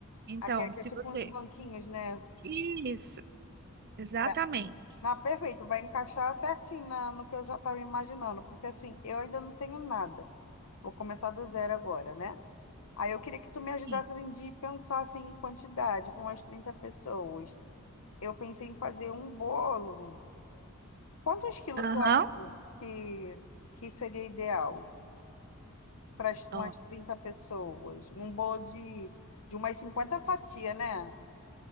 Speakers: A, on the right (about 45°); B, on the left (about 70°).
A: Então,
B: Aqui é, que
A: se
B: é tipo
A: você
B: uns banquinhos, né?
A: Isso, exatamente.
B: Tá. na perfeito, vai encaixar certinho na, no que eu já estava imaginando, porque assim, eu ainda não tenho nada. Vou começar do zero agora, né? Aí eu queria que tu me ajudasse
A: Sim.
B: assim, de pensar assim, em quantidade, para umas 30 pessoas. Eu pensei em fazer um bolo. Quantos quilos
A: Aham.
B: tu acha que, que seria ideal para umas
A: Ó,
B: 30 pessoas? Um bolo de, de umas 50 fatias, né?